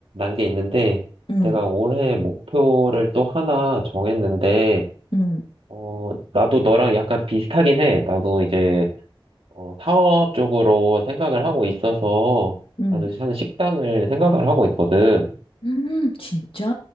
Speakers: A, on the right; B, on the left.
A: 게 있는데,
B: 응
A: 내가 올해 목표를 또 하나 정했는데,
B: 응
A: 어, 나도 너랑 약간 비슷하긴 해. 나도 이제 어, 사업 쪽으로 생각을 하고 있어서
B: 응
A: 나도 사실 식당을 생각을 하고 있거든.
B: 음, <laughs> 진짜?